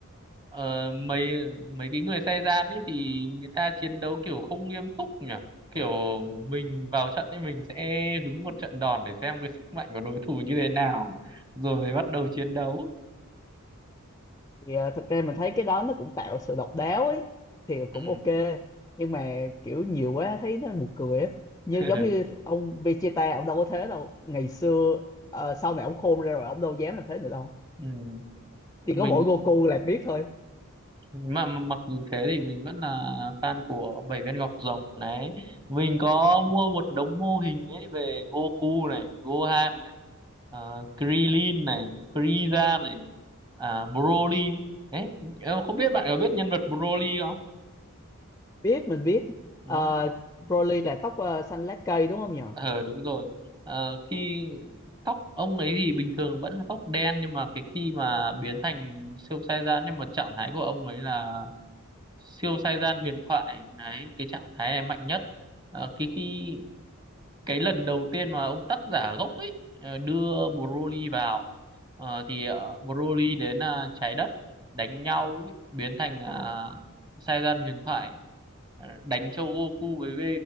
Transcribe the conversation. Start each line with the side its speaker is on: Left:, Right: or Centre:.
Right: ờ, mấy mấy cái người Saiyan ấy thì người ta chiến đấu kiểu không nghiêm túc nhỉ kiểu mình vào trận thì mình sẽ hứng một trận đòn để xem cái sức mạnh của đối thủ như thế nào rồi mới bắt đầu chiến đấu
Left: thì à, thực ra mình thấy cái đó nó cũng tạo sự độc đáo ấy thì
Right: ừ.
Left: cũng ok nhưng mà kiểu nhiều quá thấy nó buồn cười á như
Right: <laughs>
Left: giống như ông Vegeta ông đâu có thế đâu ngày xưa ờ, sau này ông khôn ra rồi ông đâu dám làm thế nữa đâu
Right: ừ. mình
Left: chỉ có mỗi Goku là biết thôi
Right: mà, mà mặc dù thế thì mình vẫn là fan của Bảy Viên Ngọc Rồng đấy mình có mua một đống mô hình ấy về Goku này Gohan này uh, Krillin này Frieza này à, Broly đấy em không biết bạn có biết nhân vật Broly không
Left: biết mình biết
Right: ừ.
Left: Ờ, Broly là tóc ờ, xanh lá cây đúng không nhỉ
Right: ờ đúng rồi Ờ, khi tóc ông ấy thì bình thường vẫn là tóc đen nhưng mà cái khi mà biến thành siêu Saiyan nhưng mà trạng thái của ông ấy là siêu sai gian huyền thoại ấy, cái trạng thái này mạnh nhất Ờ, cái khi cái lần đầu tiên mà ông tác giả gốc ấy ờ, đưa Broly vào ờ, thì ờ, Broly đến ờ, trái đất đánh nhau ấy, biến thành uh, sai gian huyền thoại Ờ, đánh cho Goku với V